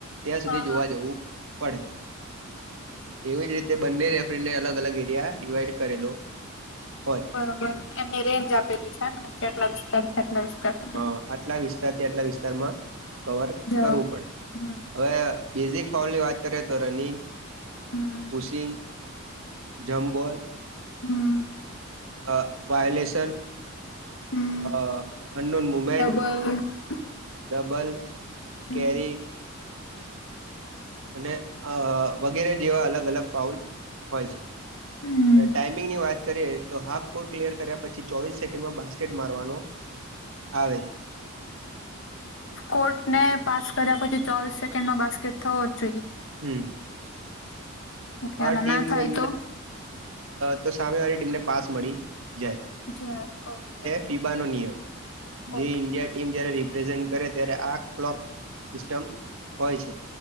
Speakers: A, on the right; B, on the left.
A: ત્યાં સુધી
B: હા
A: જોવા
B: હા
A: જવું પડે. એવી જ રીતે બંને રેફરીને અલગ અલગ એરિયા ડિવાઈડ કરેલો હોય.
B: બરોબર એમની રેન્જ આપેલી છે ને કેટલા વિસ્તાર થી આટલા વિસ્તાર... સુધી
A: હા આટલા વિસ્તારથી આટલા વિસ્તારમાં કવર
B: જવાનું
A: કરવું પડે.
B: હમ
A: હવે બેઝિક પાઉલ ની વાત કરીએ રનિંગ
B: હમ
A: કુસિંગ... જંપબોલ
B: હમ
A: અ વાયોલેસન...
B: હમ
A: અ અનનોન મુમેન્ટ...
B: <unintelligible>
A: ડબલ
B: હમ
A: કેરી.. અને અ વગેરે જેવા અલગ અલગ ફાઉલ.... હોય
B: હમ
A: છે ટાઈમિંગની વાત.... કરીએ તો હાફ કો ક્લિયર કર્યા પછી ચોવીસ સેકન્ડમાં બાસ્કેટ મારવાનો આવે છે.
B: કોર્ટને પાસ કર્યા પછી ચોવીસ સેકન્ડ નો બાસ્કેટ થવો જ જોઈએ.
A: હમ
B: ઓકે
A: અ
B: અને
A: ટીમ
B: ના થાય
A: એમને
B: તો
A: અ.. તો સામે વાળી ટીમને પાસ મળી જાય.
B: જય ઓકે.
A: ફીબા નો નિયમ જે
B: ઓકે
A: ઇન્ડિયા ટીમ જ્યારે રિપ્રેઝન્ટ કરે ત્યારે આ... ક્લોક સિસ્ટમ હોય છે